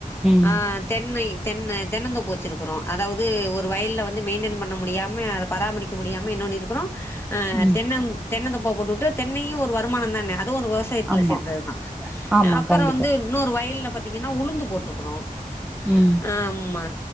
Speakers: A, in the centre; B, on the left.
A: ம்
B: ஆ தென்னை தென்னை தென்னந்தோப்பு வச்சிருக்குறோம் அதாவது ஒரு வயல்ல வந்து மெயின்டென் பண்ண முடியாம அத பராமரிக்க முடியாம என்ன பண்ணி இருக்கிறோம் அ
A: ம்
B: தென்ன தென்னதோபா போட்டுவிட்டு தென்னையு ஒரு வருமான தான அதுவு ஒரு விவச சாயத்தல
A: ஆமா
B: சேந்ததுதா
A: ஆமா
B: அப்பற
A: கண்டிப்பா
B: வந்து இன்னொரு வயல்லல பாத்தீங்கன்னா உளுந்து போட்ருக்கறோம்
A: ம்
B: ஆமா